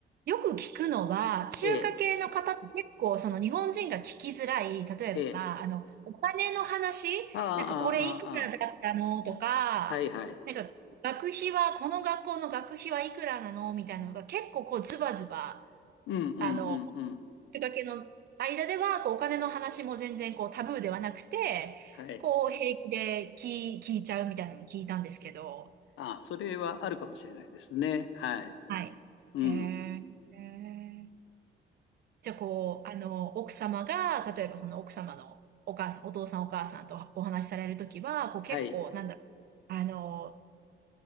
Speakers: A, on the right; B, on the left.
A: よく聞くのは、中華系の方って結構その日本人が聞きづらい、
B: ええ、
A: 例えば、
B: ええ、
A: あの、お金の話、
B: ああ、ああ、
A: なんかこれいくらだったのとか、
B: ああ、はいはい。
A: なんか学費は、この学校の学費はいくらなのみたいなのが結構こうズバズバ、
B: うん、うん、
A: あの、
B: うん、うん。
A: 中華系の間では、こうお金の話も全然こうタブーではなくて、
B: はい。
A: こう平気で聞い、聞いちゃうみたいなのを聞いたんですけど、
B: ああ、それはあるかもしれないですね。はい。
A: はい。
B: うん、
A: へえ。へえじゃあ、こう、あの、奥様が、例えばその奥様のお母さん、お父さんお母さんとお話しされるときは、こう結構、
B: はい。
A: なんだろう、あの、